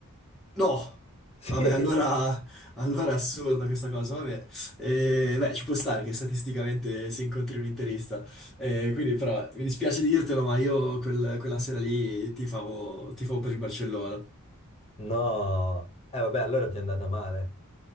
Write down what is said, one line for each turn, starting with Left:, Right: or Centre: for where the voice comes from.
Centre: No,
Left: Sì.
Centre: vabbè,
Left: <laughs>
Centre: allora, allora è assurda questa cosa, vabbè. Eh, beh, ci può stare che statisticamente si incontri un interista, Eh, quindi però mi dispiace dirtelo, ma io quel- quella sera lì tifavo, tifavo per il Barcellona.
Left: No. Eh vabbè, allora ti è andata male.